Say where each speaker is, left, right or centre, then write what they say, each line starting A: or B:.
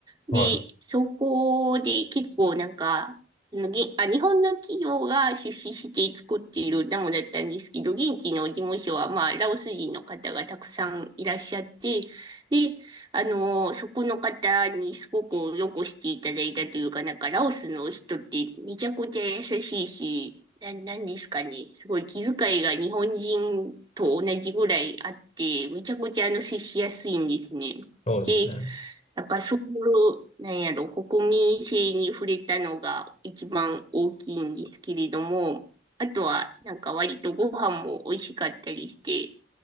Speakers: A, on the right; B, on the left.
A: で、
B: はい。
A: そこで結構なんか、その、げ、あ、日本の企業が出資して作っているダムだったんですけど、現地の事務所は、まあ、ラオス人の方がたくさんいらっしゃって、で、あの、そこの方にすごくよくしていただいたというか、なんかラオスの人ってめちゃくちゃ優しいし、な、なんですかね。すごい気遣いが日本人と同じぐらいあって、めちゃくちゃあの接しやすいんですね。
B: そうですね。
A: で、なんかそういう、なんやろ、国民性に触れたのが一番大きいんですけれども、あとはなんか割とご飯も美味しかったりして、